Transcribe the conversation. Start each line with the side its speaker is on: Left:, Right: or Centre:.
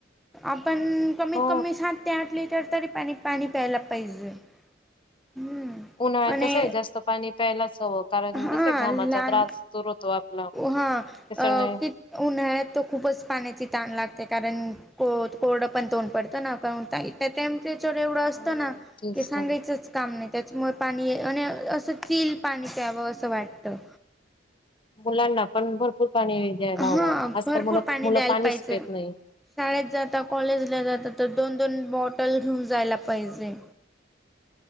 Centre: आपण कमीत
Left: हो
Centre: कमी सात ते आठ लिटर तरी पाणी पाणी प्यायला पाहिजे हम्म
Left: उन्हाळ्यात
Centre: आणि
Left: तस आहे जास्त पाणी प्यायलाच हवं कारण
Centre: हा
Left: जस घामाचा
Centre: लहान
Left: त्रास दूर होतो आपला
Centre: हा
Left: त्याच्याने
Centre: अ कि उन्हाळ्यात तो खूपच पाण्याची ताण लागते कारण को कोरडं पण तोंड पडतं ना पण त्या टेम्परेचर एवढं
Left: हो
Centre: असतं ना
Left: तेच
Centre: की सांगायचंच
Left: ना
Centre: काम नाई त्याचमुळ पाणी ए अ अन अ असं चिल्ड पाणी प्यावं असं वाटतं.
Left: मुलांना पण भरपूर पाणी द्यायला
Centre: हा
Left: हवं आजकाल
Centre: भरपूर
Left: मुलं
Centre: पाणी
Left: मुलं
Centre: द्यायला
Left: पाणीच
Centre: पाहिजे.
Left: पेत नाही.
Centre: शाळेत जाता कॉलेजला जाता तर दोन दोन बॉटल घेऊन जायला पाहिजे.